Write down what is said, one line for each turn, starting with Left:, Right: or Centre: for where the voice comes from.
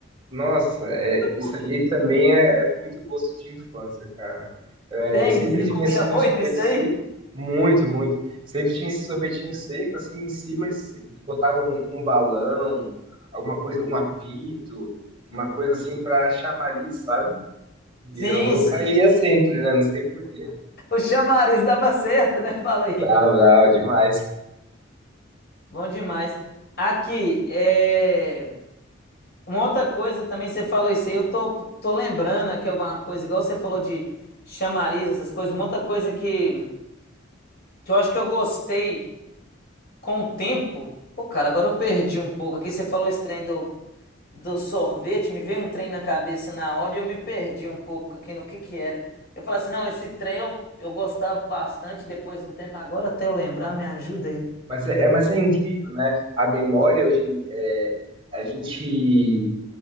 Right: Nossa, é,
Left: eu comi.
Right: isso aí também é, é muito gosto de infância, cara. É,
Left: Tem?
Right: sempre
Left: Você
Right: vinha
Left: comia
Right: assim
Left: muito
Right: um sorvete
Left: isso
Right: seco,
Left: aí?
Right: muito, muito. Sempre tinha esse sorvetinho seco, assim, em cima eles botavam um, um balão, alguma coisa, um apito, uma coisa assim para chamariz, sabe? E
Left: Sim,
Right: eu
Left: sim.
Right: caía sempre, né? Não sei por quê.
Left: O chamariz dava certo, né? <laughs> Fala aí.
Right: Bravo, bravo, demais.
Left: Bom demais. Aqui, é... uma outra coisa também, você falou isso aí, eu tô, tô lembrando aqui alguma coisa, igual você falou de chamariz, essas coisas. Uma outra coisa que, que eu acho que eu gostei com o tempo. Pô, cara, agora eu perdi um pouco aqui. Você falou esse trem do do sorvete, me veio um trem na cabeça na hora e eu me perdi um pouco aqui no que que era. Eu falei assim, não, esse trem eu, eu gostava bastante depois de um tempo. Agora até eu lembrar, me ajuda aí.
Right: Mas é, é- mas é incrível, né? A memória hoje, em- é, a gente.